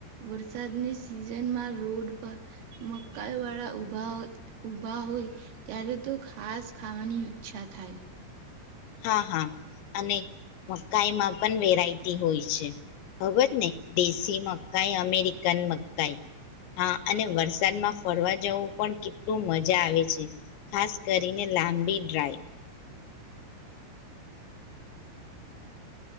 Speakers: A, on the right; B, on the left.
A: વરસાદની સિઝનમાં રોડ પર મકાઈવાળા ઉભા ઉભા હોય ત્યારે તો ખાસ ખાવાની ઈચ્છા થાય.
B: હા હા અને મકાઈમાં પણ વેરાયટી હોય છે ખબર ને દેશી મકાઈ, અમેરિકન મકાઈ હા અને વરસાદમાં ફરવા જવું પણ કેટલું મજાવે છે ખાસ કરીને લાંબી ડ્રાઈવ.